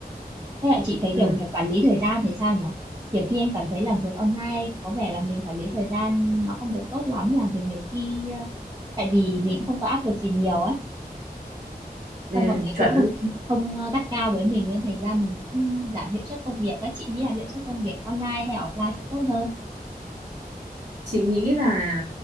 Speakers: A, on the right; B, on the right.
A: Thế là chị thấy
B: ừ,
A: kiểu việc quản lý thời gian thì sao nhỉ? Nhiều khi em cảm thấy làm việc online có vẻ là mình quản lý thời gian nó không được tốt lắm, làm việc nhiều khi ờ, tại vì mình cũng không có áp lực gì nhiều ấy
B: ừ,
A: xong mọi người
B: chuẩn
A: cũng không
B: luôn
A: không ờ, gắt cao với mình nên thành ra mình cũng giảm hiệu suất công việc ấy chị nghĩ là hiệu suất công việc online hay offline sẽ tốt hơn
B: chị nghĩ là